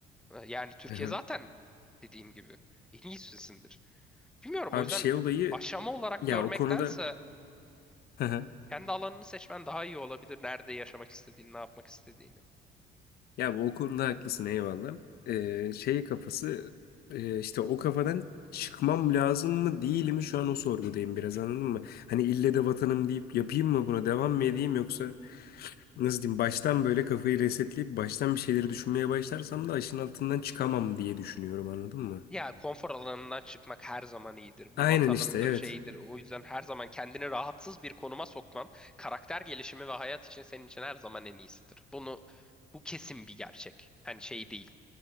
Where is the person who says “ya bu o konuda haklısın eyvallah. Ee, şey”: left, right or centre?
Left